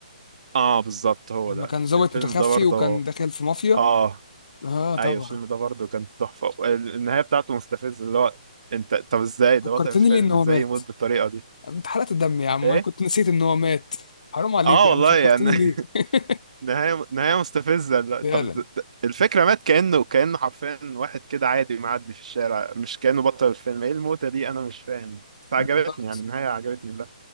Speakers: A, on the right; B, on the left.
A: اه بالظبط هو
B: لما
A: ده
B: كان ظابط
A: الفيلم
B: متخفي
A: ده برضه
B: وكان داخل في مافيا
A: اه
B: اه طبعا
A: ايوه الفيلم ده برضه كان تحفة ال- النهاية بتاعته مستفزة اللي هو انت طب ازاي ده
B: فكرتني
A: بطل الفيلم
B: ليه ان هو
A: ازاي
B: مات
A: يموت بالطريقة دي
B: انت حرقت الدم يا عم
A: ايه
B: انا كنت نسيت ان هو مات حرام عليك
A: اه
B: يا
A: والله
B: عم فكرتني
A: يعني <laughs>
B: ليه <laughs>
A: نهاية نهاية مستفزة لا
B: فعلا
A: طب د- د- الفكرة مات كأنه كأنه حرفيا واحد كده عادي معدي في الشارع مش كأنه بطل الفيلم ايه الموتة دي انا مش فاهم بس عجبتني
B: بالظبط
A: يعني النهاية عجبتني لا